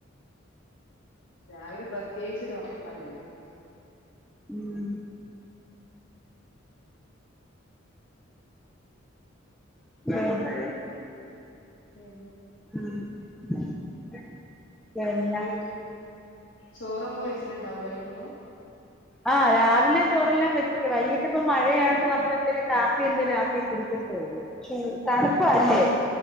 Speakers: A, on the left (about 65°); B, in the centre.
A: രാവിലെ പ്രത്യേകിച്ചൊരൊറക്കാണേനും
B: ഉം <unintelligible>
A: പിന്നെ
B: ഉം <unintelligible>
A: ഇനി ചോറൊക്കെ വെച്ചിട്ടുണ്ടാവൂലേ വരുമ്പോ
B: ആഹ് രാവിലെ ചോറെല്ലാം വെച്ചിട്ട് വൈകീട്ടിപ്പം മഴയായോണ്ട് നമ്മളെന്തെേലും കാപ്പി എന്തെലും ആക്കി കുടിക്കത്തേ ഉള്ളൂ തണുപ്പല്ലേ
A: ഏയ്